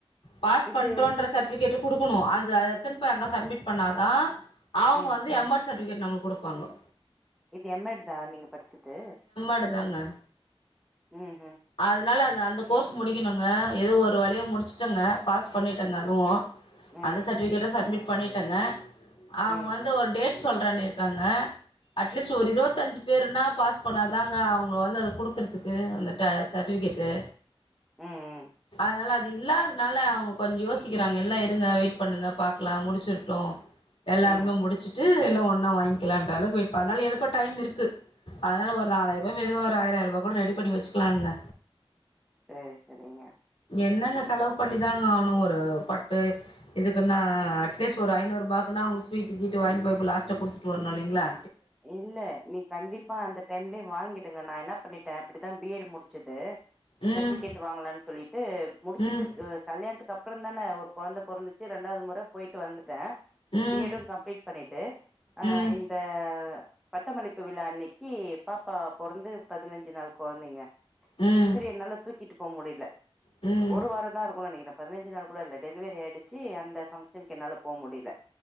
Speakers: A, on the left (about 65°); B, in the centre.
A: பாஸ்
B: இது
A: பண்டோட்ற சர்டிஃபிகேட் குடுக்கணு அது அது எட்த்துன் போய் அங்க சப்மிட் பண்ணாதா அவுங்க
B: ம்
A: வந்து எம் எட் சர்டிஃபிகேட் நம்ளுக் குடுப்பாங்கோ
B: இது எம் எடுதா நீங்க படிச்சது
A: எட் தாங்க
B: ம் ம்
A: அதனால அது அந்த கோர்ஸ் முடிக்கணுங்க ஏதோ ஒரு வழியா முடிச்ட்டங்க பாஸ் பண்ணிட்டேங்க அதுவு
B: ம்
A: அந்த சர்டிஃபிகேட்டு சப்மிட் பண்ணிட்டேங்க அவுங்க
B: ம்
A: வந்து ஒரு டேட் சொல்றேனு இருக்காங்க அட்லீஸ்ட் ஒரு இருவத்தஞ்சு பேர்னா பாஸ் பண்ணாதாங்க அவுங்க வந்து அத குடுக்குறதுக்கு அந் ட்ட சர்டிஃபிகட்டு
B: ம் ம்
A: அதனால அது இல்லாதனால அவுங்க கொஞ்ச யோசிக்கிறாங்க எல்லா இருங்க வெயிட் பண்ணுங்க பாக்லா முடுச்சிர்ட்டு எல்லாருமே
B: ம்
A: முடுச்சுட்டு எல்லா ஒன்னா வாங்கிக்லான்றளவுக்கு வெயட் ப அதனால எனக்கு டைம் இருக்கு அதனால ஒரு நாலாயிர்பா. மெதுவா ஒரு ஆயர் ஆயர்பா கூட ரெடி பண்ணி வச்சுக்கலான்ங்க
B: செரி செரிங்க
A: என்னங்க செலவு பண்ணிதாங்க ஆகனு ஒரு பட்டு இதுக்குனா அட்லீஸ்ட் ஒரு ஐநூற்பாக்னா அவுங்க ஸ்வீட் கீட்டு வாங் போய் போ லாஸ்ட்டா குடுத்துட்டு வர்ணு இல்லைங்ளா
B: இல்ல நீ கண்டிப்பா அந்த டைம்லயே வாங்கிடுங்க நா என்ன பண்ணிட்டே அப்டிதா பி எடு முடுச்சது
A: ம்
B: சர்ட்டிஃபிகேட் வாங்கலான் சொல்லிட்டு முடுச்சுட்டு
A: ம்
B: கல்யாண்த்துக்கு அப் ப்ற தான ஒரு கொழந்த பொறந்துச்சு ரெண்டாவது முற போயிட்டு வந்துட்டே
A: ம்
B: பி எடு கம்ப்ளீட் பண்ணிட்டு அ
A: ம்
B: இந்த அ பட்டமளிப்பு விழா அன்னைக்கு பாப்பா பொறந்து பதினஞ்சு நாள் கொழந்தைங்க
A: ம்
B: சரி என்னால தூக்கிட்டு போ முடில
A: ம் ம்
B: ஒரு வாரத் தா இருக்கு நெனைக்கிற பதினஞ்சு நாள் கூட இல்ல டெலிவரி ஆயிடுச்சு அந்த பங்ஷனுக்கு என்னால போ முடில